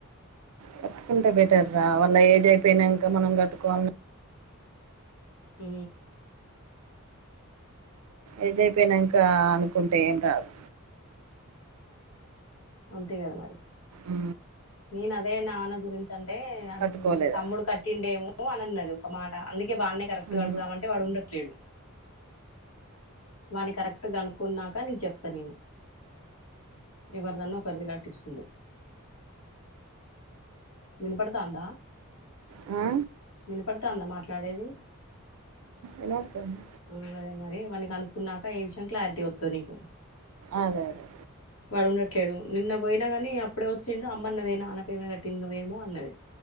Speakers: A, on the right; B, on the left.
A: కట్టుకుంటే బెటర్ రా వాళ్ళ ఏజ్ అయిపోయినంక మనం కట్టుకోం
B: ఊ
A: ఏజ్ ఐయిపోయినంక అనుకుంటే ఏం రాదు
B: అంతే గద మరి
A: ఉమ్,
B: నేను అదే నానకు గురించి అంటే అన్
A: కట్టుకోలేదా
B: తమ్ముడు కట్టిండేమో అని అన్నది ఒక మాట అందుక్ ఇగ వానే కరెక్ట్గా
A: ఉమ్.
B: అడుగుదామంటే వాడు ఉండట్లేడు వాని కరెక్ట్ గనుక్కున్నాక నీకు చెప్త నేను ఎవరిదన్న ఒకరిది కట్టించుకుందువ్ విన్పడతాంద?
A: ఆ.
B: వినపడుతాందా మాట్లాడేది.
A: ఇనడుతుంది.
B: ఆ అదే మరి వాన్నీ కనుకున్నాక ఏ విషయం క్లారిటీ వొత్తది నీకు.
A: అదే అదే.
B: వాడు ఉండట్లేదు నిన్న బొయిన కానీ అప్పుడే వొచ్చిండు అమ్మ అన్నది నాన్న పెమే కట్టింది నువేమో అన్నది.